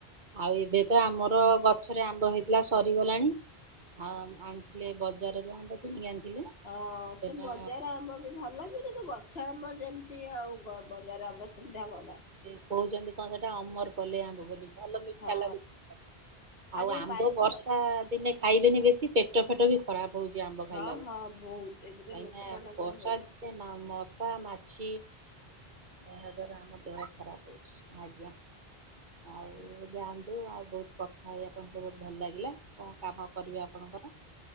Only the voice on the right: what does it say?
ଆଉ ଏବେ ତ ଆମର ଗ ଛରେ ଆମ୍ବ ହେଇଥିଲା ସରିଗଲାଣି, ଆଉ ଆଣିଥିଲେ ବଜାରରୁ ଆମ୍ବ କିଣିକି ଆଣିଥିଲେ।
ସେଟା
ଯେ କହୁଛନ୍ତି କଣ ସେଟା ଅମରପଲେଇ ଆମ୍ବ ବୋଲି। ଭଲ ମିଠା
ଲାଗୁଛି, ଆଉ
ଆମ୍ବ
ବର୍ଷା
ଦିନେ ଖାଇବେନି ବେଶୀ ପେଟ ଫେଟ ବି ଖରାପ୍ ହୋଉଛି ଆମ୍ବ ଖାଇଲାରୁ,
କାହିଁକିନା
ବର୍ଷା
ତ୍ ସେ ମା ମଶା, ମାଛି। ଏହା ଦ୍ଵାରା ଆମ ଦେହ ଖରାପ୍ ହଉଛି, ଆଜ୍ଞା। ଆଉ ଯାଆନ୍ତୁ, ଆଉ ଯାଆନ୍ତୁ ଆଉ ବୋହୁତ୍ କଥା ହେଇ ଆପଣ ସହିତ ବୋହୁତ୍ ଭଲ ଲାଗିଲା। କଣ କାମ କରିବେ ଆପଣଙ୍କର?